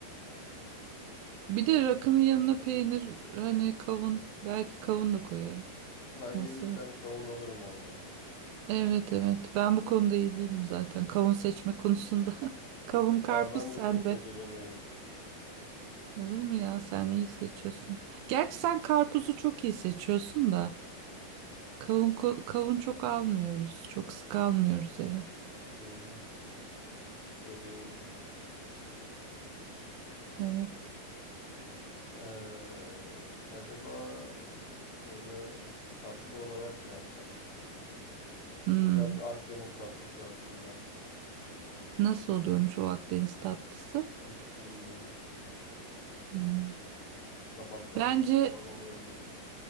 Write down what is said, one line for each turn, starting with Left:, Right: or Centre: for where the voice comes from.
Right: Bir de rakının yanına peynir hani kavun belki kavun da koyarım
Left: Ben
Right: masaya.
Left: gelirken kavun alırım olmadı.
Right: Evet evet ben bu konuda iyi değilim zaten kavun seçme konusunda. <laughs> Kavun
Left: Ya
Right: karpuz
Left: ben
Right: sende.
Left: de çok beceremiyorum.
Right: Olur mu ya sen iyi seçiyorsun. Gerçi sen karpuzu çok iyi seçiyorsun da kavun ko- kavun çok almıyoruz. Çok sık almıyoruz eve.
Left: Hı hı. dediğin gibi.
Right: Evet.
Left: Ee, acaba böyle tatlı olarak da yapsak?
Right: Hmm.
Left: Güzel bir Akdeniz tatlısı aslında.
Right: Nasıl oluyormuş o Akdeniz tatlısı?
Left: Hiç bilmiyorum.
Right: Hmm.
Left: Kabak tatlısı
Right: Bence
Left: falan olabilir.